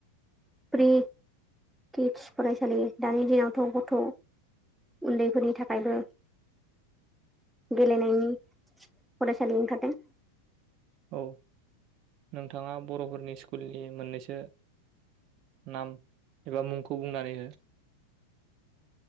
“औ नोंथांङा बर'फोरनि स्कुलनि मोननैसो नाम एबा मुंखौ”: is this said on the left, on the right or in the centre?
Right